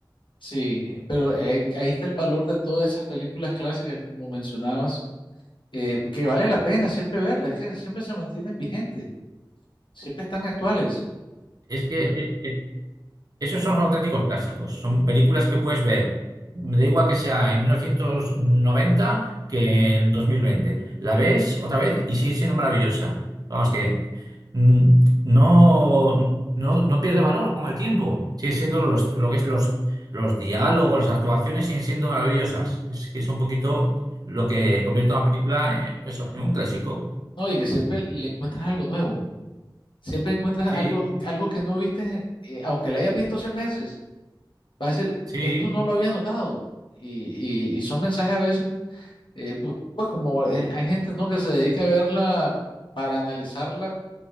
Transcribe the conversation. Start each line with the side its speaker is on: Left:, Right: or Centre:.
Left: sí, pero eh, ahí está el valor de todas esas películas clásicas, como mencionabas, eh, que vale la pena siempre verlas, es que siempre se mantienen vigentes, siempre están actuales,
Right: Es que eh,
Left: ¿verdad?
Right: eh, Esos son los auténticos clásicos. Son películas que puedes ver, me da igual que sea en 1990 que en 2020. La ves otra vez y sigue siendo maravillosa. Vamos que mm, no, no, no pierde valor con el tiempo. Sigue siendo los, lo que es los, los diálogos, las actuaciones siguen siendo maravillosas. Es que es un poquito lo que convierte una película eh, eso, en un clásico.
Left: No, y que siempre le encuentras algo nuevo, siempre encuentras
Right: Sí,
Left: algo, algo que no viste, eh, aunque la hayas visto 100 veces, vas a decir,
Right: sí,
Left: esto no lo había notado, y, y, y son mensajes a veces eh, pu- pues como eh, hay gente, ¿no? que se dedica a verla para analizarla